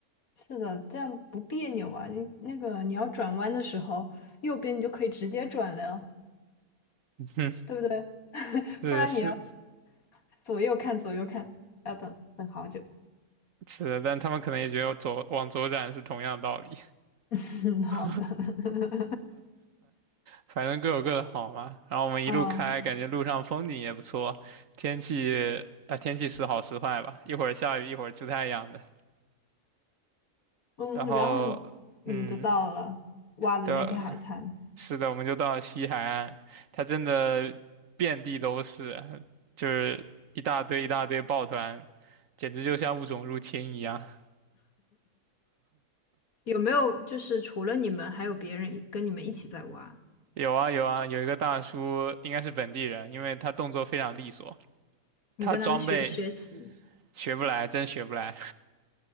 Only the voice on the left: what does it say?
是的，这样不别扭啊。你那个你要转弯的时候，右边你就可以直接转了，
对不对？<laughs>
不然你要左右看左右看，要等等好久。
<laughs> 嗯，好的，
<laughs>
嗯
嗯，
然后你你们就到了挖的那片海滩。
有没有就是除了你们，还有别人一跟你们一起在挖？
你跟他们学学习，